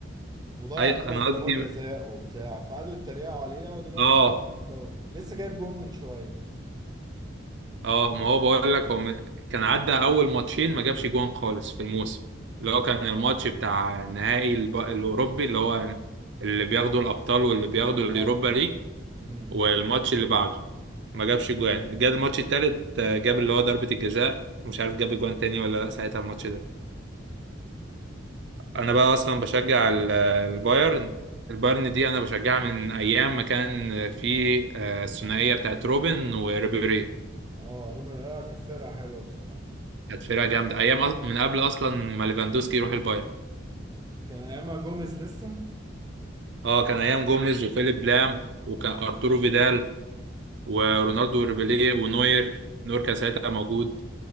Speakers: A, on the right; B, on the right.
A: وضيع
B: اي
A: ثلاث
B: انا
A: ضربات
B: قصدي
A: جزاء وبتاع فقعدوا يتريقوا عليه ودلوقتي
B: اه
A: في الدوري لسه جايب جون من شوية
B: اه ما هو بقول لك هو م- كان عدى اول ماتشين ما جابش جوان خالص في الموسم اللي هو كان الماتش بتاع نهائي الب- الاوروبي اللي هو اللي بياخدوا الابطال واللي بياخدوا اليوروبا
A: اه
B: ليج
A: امم
B: والماتش اللي بعده ما جابش جوان جه الماتش التالت آه، جاب اللي هو ضربة الجزاء مش عارف جاب جوان تاني ولا لا ساعتها الماتش ده انا بقى اصلا بشجع ال- البايرن البايرن دي انا بشجعها من ايام ما كان في آه، الثنائيه بتاعت روبن وريبيري
A: اه روبن لا كانت فرقة حلوة بصراحة
B: كانت فرقه جامده ايام أص- من قبل اصلا ما ليفاندوسكي يروح البايرن
A: كان ايامها جوميز لسه
B: اه كان ايام جوميز وفيليب لام وكان ارتورو فيدال ورونالدو وريبيري ونوير نوير كان ساعتها موجود